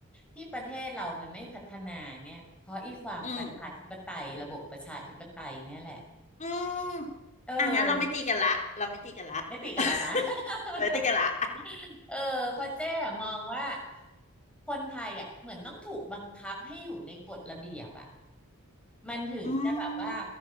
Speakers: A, in the centre; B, on the left.
A: ที่ประเทศเรามันไม่พัฒนาเนี่ยเพราะอีความประชาธิปไตยระบบประชาธิปไตยเนี่ยแหละ
B: อืม อืม
A: เออ
B: อ่ะงั้นเราไม่ตีกันละ เราไม่ตีกันละ
A: ไม่ตีกันแล้วนะ
B: <laughs>
A: <laughs>
B: เออตีกันละ
A: <laughs> เออเพราะเจ๊อะมองว่าคนไทยอ่ะเหมือนต้องถูกบังคับให้อยู่ในกฎระเบียบอ่ะมันถึงจะแบบว่า
B: <laughs> อืม